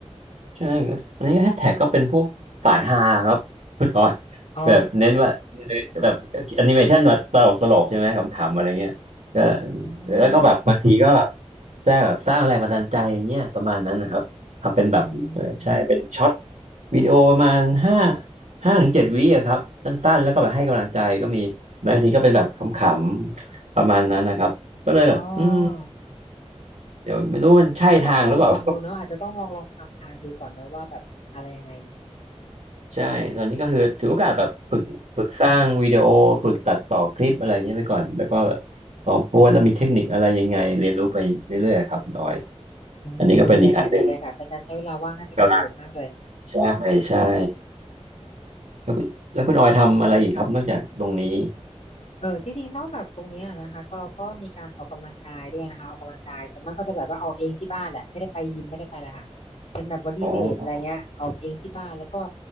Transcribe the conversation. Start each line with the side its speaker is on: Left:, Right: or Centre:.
Right: ใช่ครับอันนี้แฮชแท็กก็เป็นพวกสายฮาครับคุณออย
Left: อ๋อ
Right: แบบเน้นว่าแบบแอนิเมชันแบบตลกตลกใช่ไหมขำๆอะไรเงี้ยก็
Left: อื
Right: แล้วก็แบบบางทีก็แบบ
Left: ม
Right: สร้างแบบสร้างแรงบันดาลใจอย่างเงี้ยประมาณนั้นนะครับทำเป็นแบบเออใช่เป็นช็อต
Left: อืม
Right: วิดีโอประมาณห้าห้าถึงเจ็ดวิอะครับสั้นๆแล้วก็แบบให้กำลังใจก็มีบางทีก็เป็นแบบขำๆประมาณนั้นนะครับก็เลยแบบอืม
Left: อ๋อ
Right: เดี๋ยวไม่รู้มันใช่ทางหรือเปล่า
Left: อาจจะต้องลองลองดูเนอะอาจจะต้องลองลองทำทางดูก่อนเนอะว่าแบบอะไรยังไง
Right: ใช่ตอนนี้ก็คือถือโอกาสแบบฝึกฝึกสร้างวิดีโอฝึกตัดต่อคลิปอะไรเงี้ยไปก่อนแล้วก็ลองโพสต์แล้วมีเทคนิคอะไรยังไงเรียนรู้ไปเรื่อยๆครับคุณออย
Left: อืมดีเลยค่ะดีเลยค่ะเป็นการใช้เวลาว่างให้เป็นประโยชน์มากเลย
Right: อันนี้ก็เป็นอีกอันหนึ่งกำลังใช่ใช่แล้วคุณแล้วคุณออยทำอะไรอีกครับนอกจากตรงนี้
Left: เออที่จริงนอกจากตรงเนี้ยนะคะก็เราก็มีการออกกำลังกายด้วยนะคะออกกำลังกายส่วนมากก็จะแบบว่าออกเองที่บ้านแหละไม่ได้ไปยิมไม่ได้ไปอะไรค่ะเป็นแบบบอดี้เวทอะไรเงี้ยออกเองที่บ้านแล้วก็
Right: อ๋อ